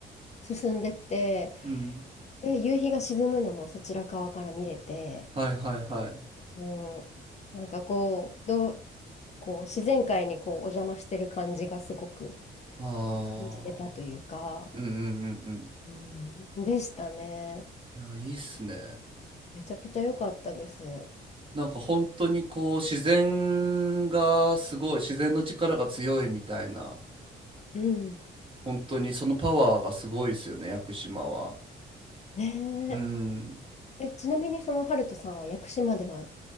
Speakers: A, on the left; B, on the right.
A: 進んでって、
B: うん。うん。
A: で、夕日が沈むのもそちら側から見れて、
B: はいはいはい。
A: うん、なんかこう、どう、こう自然界にこうお邪魔してる感じがすごく
B: ああ。
A: 感じれたというか、
B: うんうんうん
A: うん、でしたね。
B: うん。いや、いいっすね。
A: めちゃくちゃ良かったです。
B: なんか本当にこう自然がすごい、自然の力が強いみたいな、
A: うん。
B: 本当にそのパワーがすごいですよね、屋久島は。
A: ね
B: うん。
A: え、え、ちなみにそのハルトさんは屋久島では